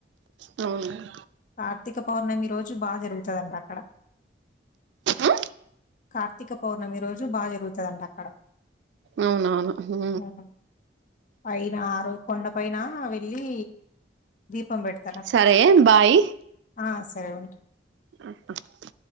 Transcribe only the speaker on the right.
అవును
ఊ
అవునవును హూ
సరే బాయ్
ఆ హ